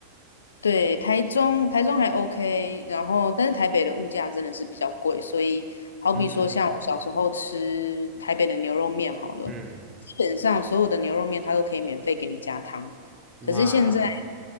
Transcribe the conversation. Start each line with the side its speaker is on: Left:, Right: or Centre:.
Left: 对，台中台中还 OK，然后但是台北的物价真的是比较贵，所以好比说像我小时候吃台北的牛肉面好了，
Right: 嗯嗯，
Left: 基本上所有的牛肉面它都可以免费给你加汤，
Right: 哇，
Left: 可是现在